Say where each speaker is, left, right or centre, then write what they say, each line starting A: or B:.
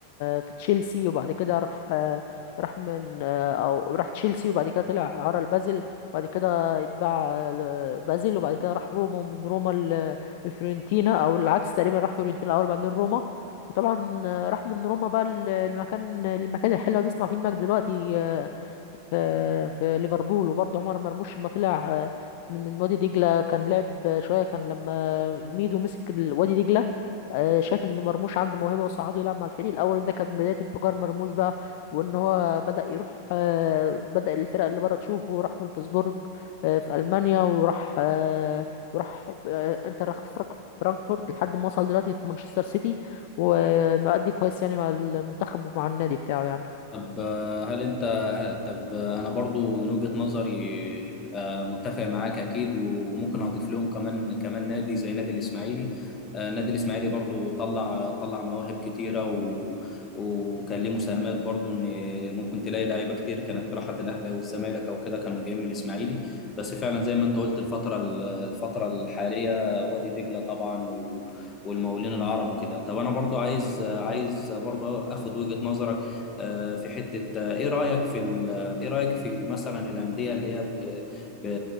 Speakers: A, on the left; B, on the left.
A: في تشيلسي وبعد كده راح راح من أو راح تشيلسي وبعد كده طلع عرى لبازل وبعد كده اتباع ل- بازل وبعد كده راح روما ومن روما لفيورنتينا او العكس تقريبا راح فيورنتينا الاول بعدين روما وطبعا آه، راح من روما بقى ل- لمكان المكان الحلو اللي بيسمع فيه المجد دلوقتي آه، في في ليفربول وبرضه عمر مرموش لما طلع آه، من وادي دجلة كان لعب آه، شوية كان لما ميدو مسك ال- وادي دجلة آه، شاف ان مرموش عنده موهبة وصعده يلعب مع الفريق الاول ده كانت بداية انفجار مرموش بقى وان هو بدأ يروح آه، بدأ الفرق اللي بره تشوفه راح فولفسبورج آه، في ألمانيا وراح آه، وراح في آه، انتر خت- فرانك- فرانكفورت لحد ما وصل دلوقتي في مانشستر سيتي ومؤدي كويس يعني مع المنتخب ومع النادي بتاعه يعني
B: طب آه، هل انت طب آه، انا برضو من وجهة نظري آه، متفق معاك اكيد وممكن اضيف لهم كمان كمان نادي زي نادي الاسماعيلي آه، نادي الاسماعيلي برضو طلع طلع مواهب كتيرة و... وكان ليه مساهمات برضو ان ممكن تلاقي لعيبة كتير كانت راحت الاهلي او الزمالك او كده كانوا جايين من الاسماعيلي بس فعلا زي ما انت قلت الفترة ال- الفترة الحالية وادي دجلة طبعا و... والمقاولين العرب وكده طب انا برضو عايز عايز برضو اخد وجهة نظرك آه، في حتة آه، إيه رأيك في ال- آه، إيه رأيك في مثلا الأندية اللي هي ب... ب...